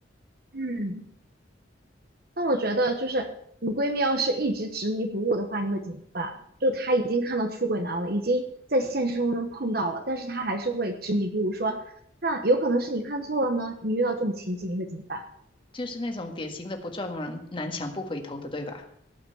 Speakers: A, on the right; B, on the left.
A: 嗯，那我觉得就是你闺蜜要是一直执迷不悟的话，你会怎么办？就她已经看到出轨男了，已经在现实生活中碰到了，但是她还是会执迷不悟，说那有可能是你看错了呢。你遇到这种情景，你会怎么办？
B: 就是那种典型的不撞南南墙不回头的，对吧？